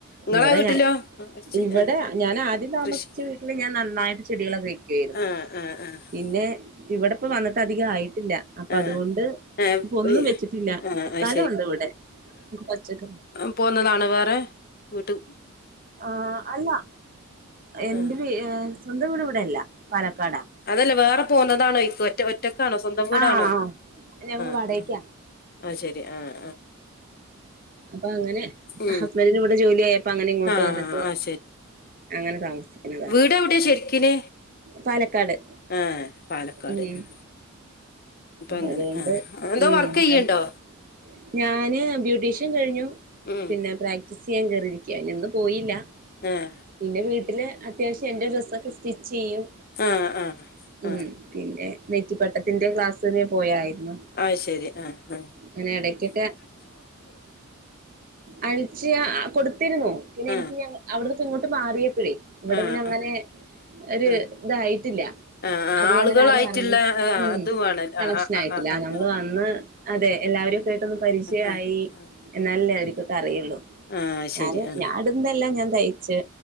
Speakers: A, on the left; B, on the right.
A: നിങ്ങടെ
B: ഇവിടെ
A: വീട്ടിലോ?
B: ഞാൻ
A: ആ, ചെ-
B: ഇവിടെ
A: ആ,
B: ഞാൻ ആദ്യം താമസിച്ച
A: കൃഷി
B: വീട്ടില് ഞാൻ നന്നായിട്ട് ചെടികളെ മേയ്ക്കുവായിരുന്നു.
A: ആഹ് ആഹ് ആഹ് ആഹ്
B: പിന്നെ ഇവിടെപ്പ വന്നിട്ട് അധിക ആയിട്ടില്ല. അപ്പൊ
A: ആഹ്
B: അതുകൊണ്ട്
A: ആഹ്
B: ഇപ്പ ഒന്നും വെച്ചിട്ടില്ല.
A: ആഹ്
B: സ്ഥലുണ്ട്
A: അത്
B: ഇവിടെ പച്ചക്ക
A: ആ പോന്നതാണ് വേറെ വീട്ടി
B: ആ അല്ല എന്റെ
A: ആഹ്
B: സ്വന്തം വീട് ഇവിടെയല്ല പാലക്കാടാ.
A: അതല്ലേ വേറെ പോന്നതാണോ ഒറ്റ ഒറ്റക്കാണോ? സ്വന്തം വീടാണോ?
B: ആഹ് ആ ഞങ്ങള്
A: ആഹ്
B: വാടകക്കാ
A: ആ ആ ശരി ആ
B: അപ്പൊ അങ്ങനെ
A: ഉം
B: ഹസ്ബൻഡിനിവിടെ ജോലി ആയ അപ്പ അങ്ങനെ ഇങ്ങോട്ട്
A: ആഹ്
B: വന്നിട്ട്
A: ആഹ്
B: അങ്ങനെ താമസിക്കന്നതാ.
A: ഇക്കഎവിടെയാ ശരിക്കിന്?
B: പാലക്കാട്
A: ആഹ് പാലക്കാട്
B: ഉം
A: ആ
B: അപ്പൊ
A: അങ്ങനെ
B: അതുകൊണ്ട്
A: ആഹ് എന്തോ
B: ഉംഅത്
A: വർക്ക് ചെയ്യ്ണ്ടോ
B: ഞാന് ബ്യൂട്ടീഷ്യൻ കഴിഞ്ഞു.
A: ഉം
B: പിന്നെ പ്രാക്ടീസ് ചെയ്യാൻ കേറിയിരിക്ക. ഇന്നു പോയില്ല.
A: ആഹ്
B: പിന്നെ വീട്ടില് അത്യാവശ്യം എന്റെ ഡ്രസ്സൊക്കെ സ്റ്റിച്ച് ചെയ്യും.
A: ആഹ് ആഹ്
B: ഉം.
A: ആഹ്
B: പിന്നെ നെറ്റിപ്പട്ടത്തിന്റെ ക്ലാസ്സ് ന് പോയായിരുന്നു.
A: അയ്ശരി ആഹ് ഹാ
B: അങ്ങനെ ഇടക്കൊക്കെ അഴിചിയ കൊടുത്തിരുന്നു പിന്നെ
A: ആ
B: എനിക്ക് അവിടുന്ന് ഇപ്പ ഇങ്ങോട്ട് മാറിയപ്പഴേ ഇവിടെ
A: ആ
B: പിന്നെ അങ്ങനെ
A: ആ
B: ഒരു
A: ആ
B: ഇതായിട്ടില്ല.
A: ആ ആ
B: അധികം
A: ആളുകളായിട്ടുള്ള
B: അങ്ങനെ ആരും അറിഞ്ഞു
A: ആ
B: ഉം.
A: അത് വേണം
B: കണക്ഷൻ
A: ആ ആ
B: ആയിട്ടില്ല
A: ആ ആ ആ ആ
B: നമ്മള്
A: ആ
B: വന്ന് അതെ എല്ലാ വരെക്കെട്ടൊന്നു പരിചയമായി
A: ആ ആ ആ
B: എന്നാലല്ലേ അവരൂക്കൊക്കെ അറിയുള്ളൂ.
A: ആ ശരി
B: ഞാന്
A: ആ
B: ഞാന ഇന്നെല്ലാം ഞാൻ തയ്ച്ച്